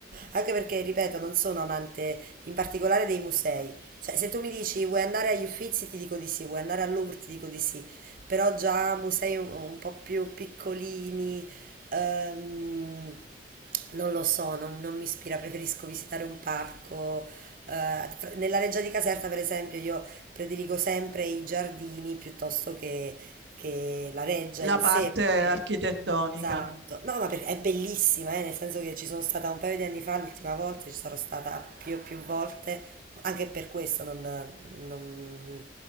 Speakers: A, on the right; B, on the right.
A: anche perché, ripeto, non sono amante in particolare dei musei. Cioè, se tu mi dici vuoi andare agli Uffizi, ti dico di sì, vuoi andare al Louvre, ti dico di sì però già musei un, un po' più piccolini, ehm, non lo so, non, non mi ispira, preferisco visitare un parco. Eh, fra- nella Reggia di Caserta, per esempio, io prediligo sempre i giardini piuttosto che che la reggia
B: La
A: in
B: parte
A: sé. Perché...
B: architettonica,
A: Esatto, no, ma perché è bellissima, eh, nel senso che ci sono stata un paio di anni fa, l'ultima volta, ci sarò stata più e più volte, anche per questo non, non-